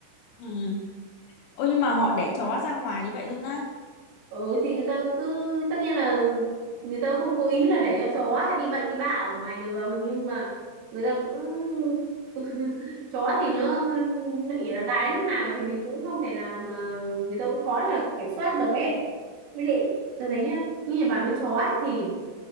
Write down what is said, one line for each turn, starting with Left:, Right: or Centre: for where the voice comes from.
Left: ừ. Ôi nhưng mà họ để chó ra ngoài như vậy luôn á
Right: ừ thì người ta cứ tất nhiên là người ta không cố ý là để cho chó đi bậy đi bạ ở ngoài đường nhưng mà người ta cũng <laughs> chó thì nó nó ỉa nó đái lúc nào thì mình cũng không thể nào mà người ta cũng khó là kiểm soát được ấy với lại tôi thấy nhá như nhà bà nuôi chó ấy, thì